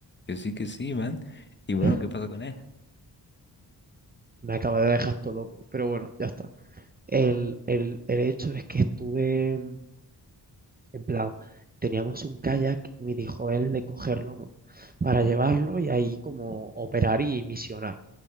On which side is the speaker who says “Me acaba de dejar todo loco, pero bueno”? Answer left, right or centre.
Right